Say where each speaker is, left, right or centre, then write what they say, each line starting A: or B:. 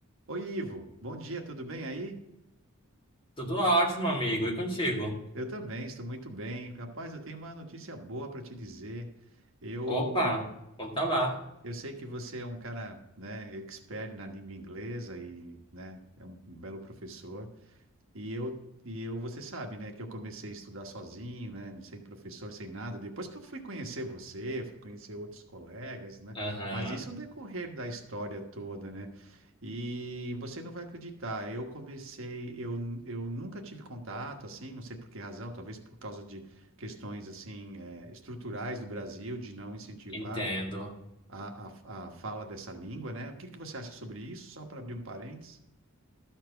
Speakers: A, on the right; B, on the left.
A: Oi, Ivo. Bom dia, tudo bem aí?
B: Tudo ótimo, amigo. E contigo?
A: Eu também, estou muito bem. Rapaz, eu tenho uma notícia boa para te dizer. Eu,
B: Opa, conta lá.
A: eu sei que você é um cara, né, expert na língua inglesa e, né, é um belo professor. E eu, e eu, você sabe, né, que eu comecei a estudar sozinho, né, sem professor, sem nada. Depois que eu fui conhecer você, fui conhecer outros colegas, né,
B: Aham,
A: mas isso no decorrer da história toda, né. E você não vai acreditar, eu comecei, eu, eu nunca tive contato, assim, não sei por que razão, talvez por causa de questões, assim, eh, estruturais do Brasil, de não incentivar
B: entendo.
A: a, a, a fala dessa língua, né. O que que você acha sobre isso? Só para abrir um parênteses.